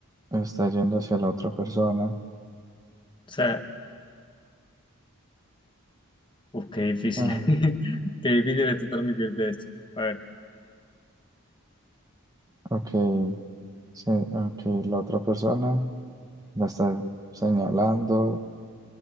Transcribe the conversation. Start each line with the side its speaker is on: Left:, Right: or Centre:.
Right: está yendo hacia la otra persona.
Left: O sea, uf, qué difícil.
Right: Ah,
Left: <laughs> Qué difícil es transmitirte esto. A ver,
Right: ok. Sí, ok. La otra persona la está señalando.